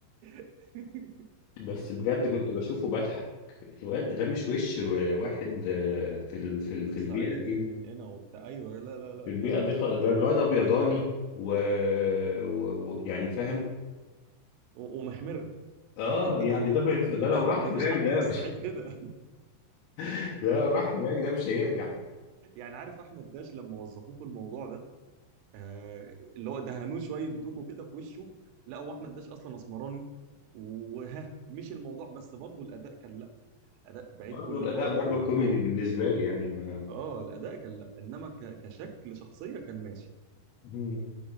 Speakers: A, on the right; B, on the left.
A: <laughs>
B: بس بجد كنت بشوفه بضحك الواد ده مش وش واحد آه، في ال... في ال... في
A: صعيدي
B: البيئة دي
A: من هنا وبتاع ايوه لا لا لا
B: في البيئة
A: ده
B: دي خ- ده الواد ابيضاني و... و... و... يعني فاهم
A: و- ومحمر
B: اه
A: <laughs>
B: يعني ده ما ينفع- ده لو راح
A: ومفيش
B: هناك
A: حد
B: ده
A: في الصعيد
B: مش...
A: كده <laughs>
B: <laughs> ده لو راح هناك ده مش هيرجع
A: يعني عارف احمد داش لما وظفوه في الموضوع ده آه اللي هو دهنوه شويه دوكو كده في وشه لا هو احمد داش اصلا اسمراني وها مش الموضوع بس برضه الاداء كان لا الاداء بعيد
B: برضه
A: كل
B: الاداء
A: البعد
B: برضه
A: عن الموضوع
B: كوميدي بالنسبة لي يعني ما...
A: اه الاداء كان لا انما ك- كشكل شخصيه كان ماشي
B: مم.